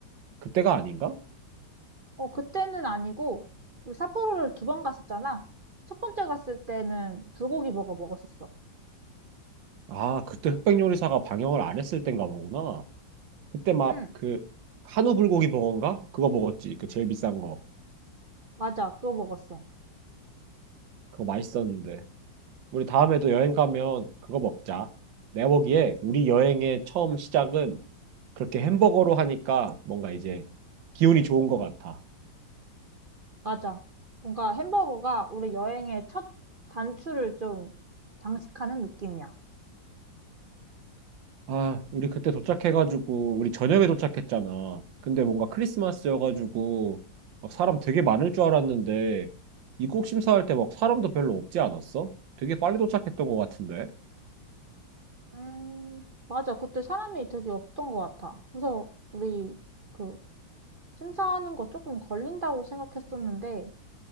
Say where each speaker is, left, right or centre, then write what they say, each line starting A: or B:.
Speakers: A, on the right (about 75°); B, on the right (about 50°).
A: 그때가 아닌가?
B: 어, 그때는 아니고, 우리 삿포로를 두 번 갔었잖아. 첫 번째 갔을 때는 불고기 버거 먹었었어.
A: 아, 그때 흑백 요리사가 방영을 안 했을 땐가 보구나. 그때 막
B: 응,
A: 그 한우 불고기 버거인가? 그거 먹었지. 그 제일 비싼 거.
B: 맞아. 그거 먹었어.
A: 그거 맛있었는데. 우리 다음에도 여행 가면 그거 먹자. 내가 보기에 우리 여행의 처음 시작은 그렇게 햄버거로 하니까 뭔가 이제 기운이 좋은 것 같아.
B: 맞아. 뭔가 햄버거가 우리 여행의 첫 단추를 좀 장식하는 느낌이야.
A: 아, 우리 그때 도착해가지고 우리 저녁에 도착했잖아. 근데 뭔가 크리스마스여가지고 막 사람 되게 많을 줄 알았는데 입국 심사할 때 막 사람도 별로 없지 않았어? 되게 빨리 도착했던 것 같은데.
B: 음, 맞아. 그때 사람이 되게 없었던 것 같아. 그래서 우리 그 심사하는 거 조금 걸린다고 생각했었는데,